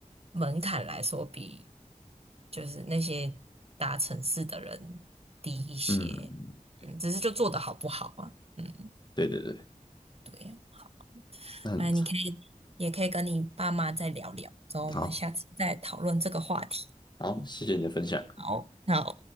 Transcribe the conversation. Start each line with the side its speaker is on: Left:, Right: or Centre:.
Right: 门槛来说比就是那些大城市的人低一些，
Left: 嗯，
Right: 嗯，只是就做的好不好啊，嗯，
Left: 对对对，
Right: 对啊，
Left: 那很
Right: 哎，你可以也可以跟你爸妈再聊聊，之后我们下次再讨论这个话题。
Left: 好，好，谢谢你的分享。
Right: 好，那